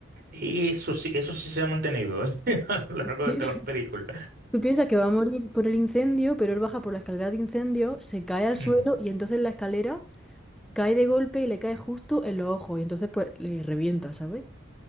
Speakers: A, on the right (about 50°); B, in the centre.
A: Y eso sí, eso sí se ha mantenido <laughs> a lo largo
B: <laughs>
A: de todas las películas.
B: Tú piensas que va a morir por el incendio, pero él baja por la escalera de incendio, se cae al
A: Ujú.
B: suelo y entonces la escalera cae de golpe y le cae justo en los ojos y entonces pues le revienta, ¿sabes?